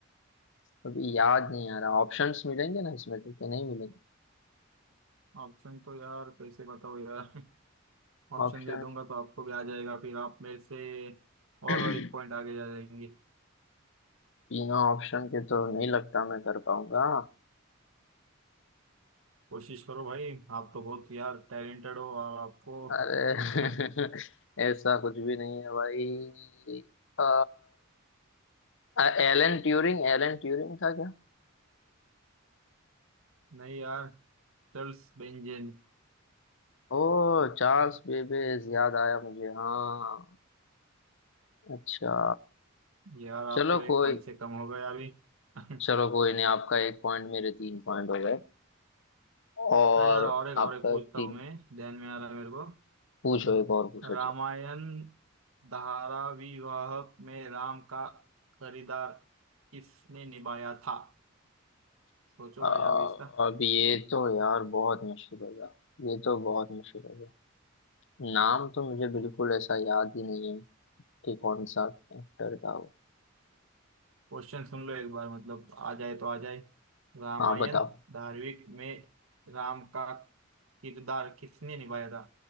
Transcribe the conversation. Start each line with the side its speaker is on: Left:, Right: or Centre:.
Left: अभी याद नहीं आ रहा ऑप्शंस मिलेंगे ना इसमें तो कि नहीं मिलेंगे
Right: ऑप्शन तो यार कैसे बताओ यार <laughs> ऑप्शन
Left: ऑप्शन
Right: दे दूंगा तो आपको भी आ जाएगा फिर आप मेरे से
Left: <clears throat>
Right: और एक पॉइंट आगे जा जाएंगे
Left: बिना ऑप्शन के तो नहीं लगता मैं कर पाऊंगा
Right: कोशिश करो भाई आप तो बहुत यार टैलेंटेड हो और आपको
Left: अरे
Right: <laughs>
Left: <laughs> ऐसा कुछ भी नहीं है भाई आ, एलन ट्यूरिंग एलन ट्यूरिंग था क्या
Right: नहीं यार Charles benzene
Left: ओह चार्ल्स बेबेज याद आया मुझे हाँ अच्छा
Right: यार आप
Left: चलो
Right: तो एक
Left: कोई
Right: पॉइंट से कम हो गए अभी <laughs>
Left: चलो कोई नहीं आपका एक पॉइंट मेरे तीन पॉइंट हो गए और
Right: अरे यार और एक
Left: आपका
Right: और एक पूछता
Left: तीन
Right: हूँ मैं ध्यान में आ रहा है मेरे को
Left: पूछो एक और पूछो
Right: रामायण
Left: चलो
Right: धाराविवाहक में राम का किरदार किसने निभाया था सोचो
Left: आ,
Right: भाई अभी इसका <laughs>
Left: अब ये तो यार बहुत मुश्किल होगा ये तो बहुत मुश्किल होगा नाम तो मुझे बिल्कुल ऐसा याद ही नहीं है कि कौन सा एक्टर था वो
Right: क्वेश्चन सुन लो एक बार मतलब आ जाए तो आ जाए रामायण
Left: हाँ बताओ
Right: धारावाहिक में राम का किरदार किसने निभाया था